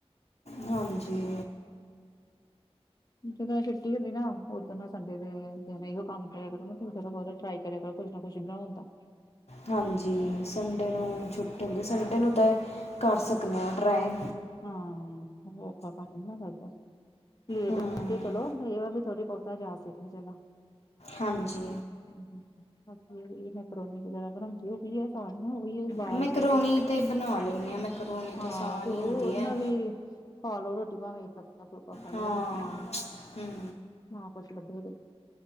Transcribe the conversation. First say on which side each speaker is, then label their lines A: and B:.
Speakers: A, on the left; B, on the left.
A: ਹਾਂਜੀ।
B: ਜਦੋਂ ਛੁੱਟੀ ਹੁੰਦੀ ਨਾ ਉਦਨ ਸੰਡੇ ਦੇ ਦਿਨ ਇਹੋ ਕੰਮ ਕਰਿਆ ਕਰੋ ਤੁਸੀਂ ਥੋੜ੍ਹਾ- ਬੋਤਾ ਟਰਾਈ ਕਰਿਆ ਕਰੋ ਕੁਛ ਨਾ ਕੁਛ ਬਣੌਣਦਾ।
A: ਹਾਂਜੀ ਸੰਡੇ ਨੂੰ ਛੁੱ ਟੀ ਉਂਦੀ ਸੰਡੇ ਨੂੰ ਤਾ ਐ ਕਰ ਸਕਨਾ ਡਰਾਏ।
B: ਹਾਂ ਇਅ ਕੋਈ ਔਖਾ ਕੰਮ ਨੀ ਨਾ ਜ਼ਿਆਦਾ। ਲੇਟ
A: ਹੂੰ
B: ਉੱਠ ਕੇ ਚਲੋ ਇਅ ਵ ਵੀ ਥੋੜ੍ਹੀ- ਬਉਤਾ ਜਾ ਸਕੀਏ ਚਲੋ।
A: ਹਾਂਜੀ।
B: ਹਮ-ਹਮ ਆਪਣੀ ਇ ਮੈਕਰੋਨੀ ਵਗੈਰਾ ਬਣਾਉਂਦੀ ਹੁੰਦੀ ਐ। ਪਾਣੀ ਨਾ ਉਈਓ ਉਬਾਲ
A: ਮੈਕਰੋਨੀ
B: ਕੇ ਤੇ,
A: ਬਣਾ ਲੈਂਦੇ ਹਾਂ ਮੈਕਰੋਨੀ
B: ਹਾਂ।
A: ਤਾਂ ਆਸਾਨ
B: ਤੇ ਉਹ
A: ਹੀ ਹੁੰਦੀ
B: ਉਹਦੇ
A: ਹੈ
B: ਨਾਲ਼ ਵੀ ਖਾ ਲੋ ਰੋਟੀ ਭਾਵੇ ਇੱਕ-ਅੱਧਾ ਫੁਲਕਾ ਖਾ ਲੋ
A: ਹਾਂ
B: ਉਦਾ ਕੀਆ।
A: ਹੂੰ
B: ਨਾ ਕੁਛ ਲੱਗੇੇ ਦੇ